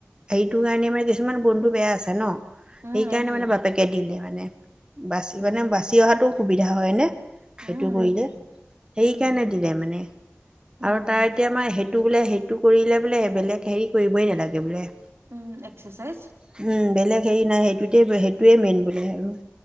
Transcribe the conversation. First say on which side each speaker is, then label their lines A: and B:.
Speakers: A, on the right; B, on the right.
A: এইটো কাৰণে মানে কিছুমান বন্ধু বেয়া আছে ন,
B: উম,
A: সেইকাৰণে
B: সেইটোৱে
A: মানে বাপেকে দিলে মানে। বাচি
B: উম,
A: মানে বাচি অহাতো সুবিধা হয় নে। সেইটো
B: উম,
A: কৰিলে।
B: সেইটোৱে
A: সেইকাৰণে
B: উম,
A: দিলে মানে
B: উম,
A: আৰু তাই এতিয়া আমাৰ সেইটো বোলে সেইটো কৰিলে বোলে বেলেগ হেৰি কৰিবই নালাগে বোলে।
B: উম এক্সচাইজ।
A: উম বেলেগ হেৰি নাই সেইটোতে সেইটোৱে মেইন বোলে আৰু।